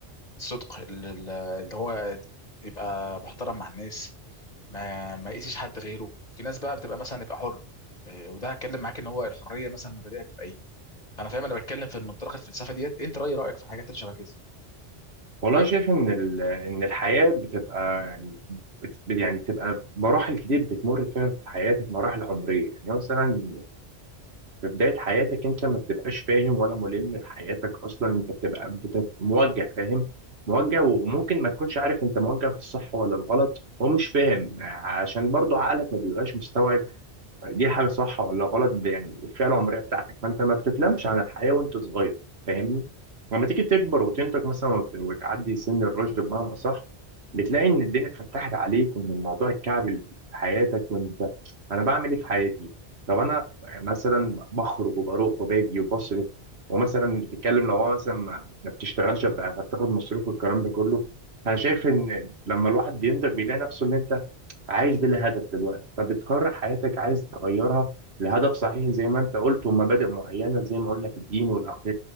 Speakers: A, on the left (about 40°); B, on the right (about 75°).
A: صدق اللي هو يبقى محترم مع الناس ما ما يقيسش حد غيره في ناس بقى بتبقى مثلا يبقى حر إيه، وده هتكلم معاك ان هو الحريه مثلا مبادئها بتبقى ايه فانا فاهم انا بتكلم في منطلق الفلسفه ديت انت راي رايك في الحاجات اللي شبه كده
B: والله أنا شايف ان ال- ان الحياه بتبقى يعني بت يعني بتبقى مراحل كتير بتمر فيها في حياتك مراحل عمريه يعني مثلا في بدايه حياتك انت ما بتبقاش فاهم ولا ملم بحياتك اصلا انت بتبقى بتبقى موجه فاهم موجه وممكن ما تكونش عارف انت موجه في الصح ولا الغلط ومش فاهم عشان برضو عقلك ما بيبقاش مستوعب دي الحاجه صح ولا غلط ب- يعني الفئه العمريه بتاعتك فانت ما بتتلمش عن الحياه وانت صغير فاهمني لما تيجي تكبر وتنتج مثلا وت- وتعدي سن الرشد بمعنى اصح بتلاقي ان الدنيا اتفتحت عليك وان الموضوع اتكعبل في حياتك وانت انا بعمل ايه في حياتي طب انا مثلا بخرج وبروح وباجي وبصرف ومثلا بتتكلم لو هو مثلا ما ما بتشتغلش فبتاخد مصروف والكلام ده كله انا شايف ان لما الواحد بينتج بيلاقي نفسه اللي انت عايش بلا هدف دلوقتي فبتقرر حياتك عايز تغيرها لهدف صحيح زي ما انت قلت ومبادئ معينه زي ما قلنا لك الدين والأخ-